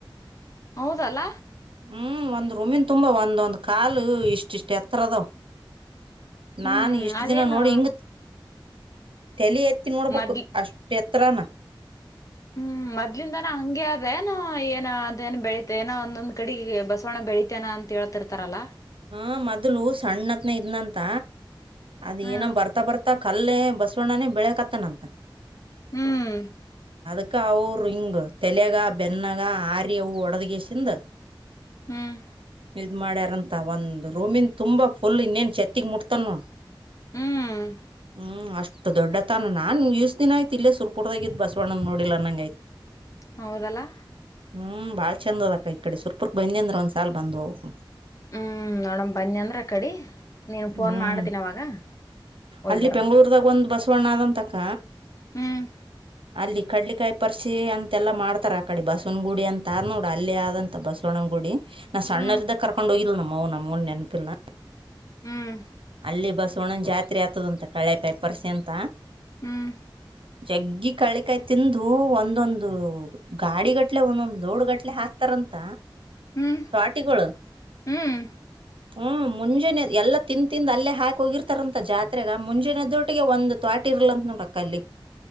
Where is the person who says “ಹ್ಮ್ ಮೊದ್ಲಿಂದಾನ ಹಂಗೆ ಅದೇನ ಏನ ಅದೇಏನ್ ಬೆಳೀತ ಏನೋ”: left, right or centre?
Left